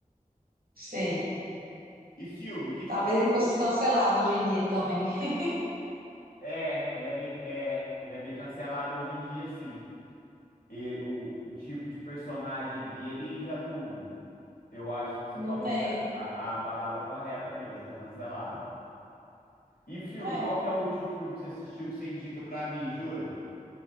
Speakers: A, on the right; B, on the left.
A: sei.
B: E filme, que,
A: Talvez
B: qual que
A: ele
B: foi
A: fosse
B: o...
A: cancelado hoje em dia também. <laughs>
B: É, ele é meio, é, ele é meio cancelado hoje em dia, sim. e- o, o tipo de personagem dele já não. Eu acho que você
A: Não
B: falou
A: tem.
B: a, pe- a- a palavra correta mesmo, tá cancelado. E filme,
A: É,
B: qual que é o último filme que você assistiu que você indica pra mim, Júlia?